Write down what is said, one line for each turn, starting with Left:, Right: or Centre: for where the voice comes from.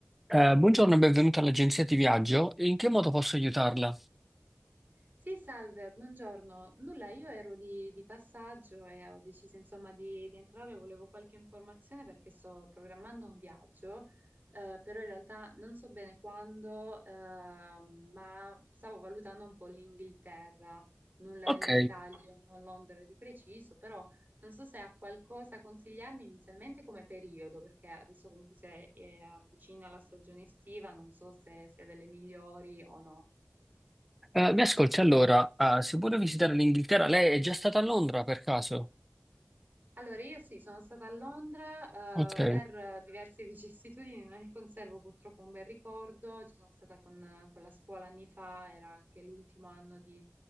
Centre: Eh, buongiorno e benvenuta all'agenzia di viaggio. In che modo posso aiutarla?
Right: Sì, salve, buongiorno. Nulla, io ero di, di passaggio e ho deciso insomma di, di entrare, volevo qualche informazione perché sto programmando un viaggio, eh, però in realtà non so bene quando, eh, ma stavo valutando un po' l'Inghilterra, nulla
Centre: Ok,
Right: nel dettaglio, non Londra di preciso, però non so se ha qualcosa a consigliarmi inizialmente come periodo, perché adesso comunque si è- è avvicina la stagione estiva, non so se sia delle migliori o no.
Centre: Eh, mi ascolti allora, eh, se vuole visitare l'Inghilterra, lei è già stata a Londra per caso?
Right: Allora, io sì, sono stata a Londra,
Centre: Ok.
Right: eh, per diverse <laughs> vicissitudini, non ne conservo purtroppo un bel ricordo. Ci sono stata con, con la scuola anni fa, era anche l'ultimo anno di,